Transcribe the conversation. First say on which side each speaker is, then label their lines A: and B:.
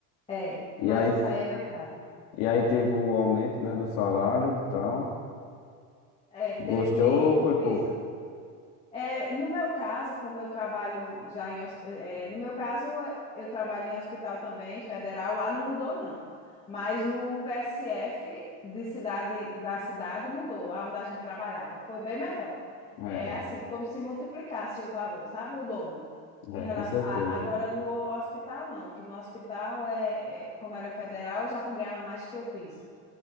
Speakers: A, on the left; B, on the left.
A: É,
B: E
A: mas
B: aí,
A: isso aí é verdade.
B: e aí teve o aumento, né, do salário e tal.
A: É, teve
B: Gostou ou foi
A: o peso.
B: pouco?
A: É, no meu caso, como eu trabalho já em, hos- é, no meu caso, eu trabalho em hospital também, federal, lá não mudou, não. Mas no PSF de cidade, da cidade mudou, aonde a gente trabalhava. Foi bem melhor.
B: É,
A: É assim, como se multiplicasse o valor, sabe? O dobro. Em
B: é,
A: relação
B: com certeza.
A: a- agora no hospital, não, que no hospital é, é- como era federal, eu já ganhava mais do que eu piso